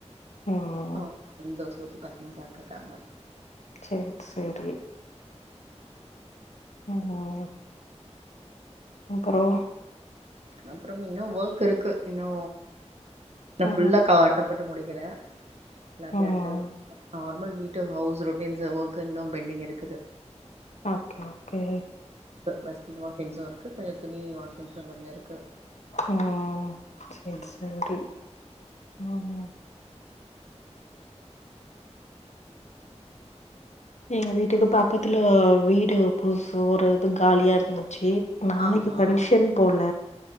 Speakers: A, on the left (about 75°); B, on the right (about 65°).
A: ம்
B: ஆ சந்தோஷோ தூக்கி பசங்க சாப்ட்டுருக்காங்க
A: செரி செரி ம் அப்றோ
B: அப்றம் இன்னோ வோக் இருக்கு இன்னூ ந்த
A: ம்
B: ஃபுல்லா காட்டம் போட்டு முடிக்கிற எல்லாத்தையு
A: ம்
B: எடுத்து நார்மல் வீட்டு ஹவுஸ் ரொட் மீன்ஸ் ஓக்கு இன்னூ பெண்டிங் இருக்
A: ஓக்கே ஓக்கே
B: வெஸில் வாஷிங்ஸூ இருக்கு <unintelligible> துணி வாஷிங்ஸூ கொஞ்சோ இருக்
A: ம் செர்சேரி
B: ம்
A: ம் எங்க வீட்டுக்கு பக்கத்துல வீடு புதுசு ஒரு இது காலியா இருந்துச்சு நாளைக்கு
B: ஆமா
A: பங்க்ஷன் போல